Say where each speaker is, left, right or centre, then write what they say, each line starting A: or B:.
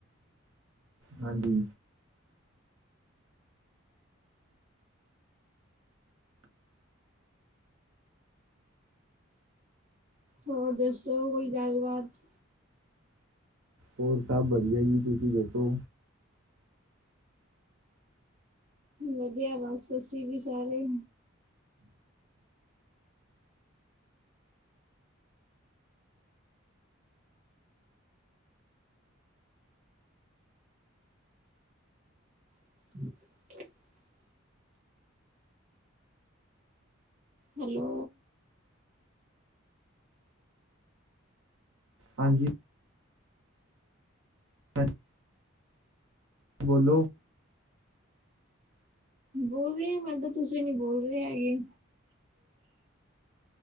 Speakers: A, on the right; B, on the right.
A: ਹਾਂਜੀ।
B: ਹੋਰ ਦੱਸ? ਚ ਕੋਈ ਗੱਲ ਬਾਤ
A: ਹੋਰ ਸਭ ਵਧੀਆ ਜੀ ਤੁਸੀਂ ਦੱਸੋ?
B: ਵਧੀਆ ਬਸ। ਸੱਸੀਸੀ ਵੀ ਸਾਰੇ <inaudible> ਹੈਲੋ।
A: ਹਾਂਜੀ। ਹਾਂ। ਬੋਲੋ।
B: ਬੋਲ ਰਹੇ ਮੈ ਤਾਂ ਤੁਸੀਂ ਨੀ ਬੋਲ ਰਹੇ ਹੈਗੇ।